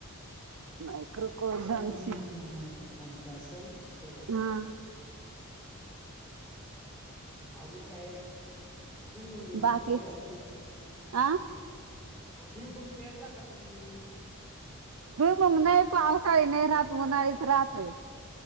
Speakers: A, on the right; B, in the centre.
A: <unintelligible>
B: सन
A: सीट
B: मायक्रो फोननच असल, सोलोक्रोन
A: हा
B: अजून काय हम्म
A: बाकी
B: लावलाय का नाय?
A: आ
B: भिंयमूग पेरला का तुम्ही?
A: भुईमुंग नाही, पावसाळी नाही राहत उन्हाळीच राहतोय.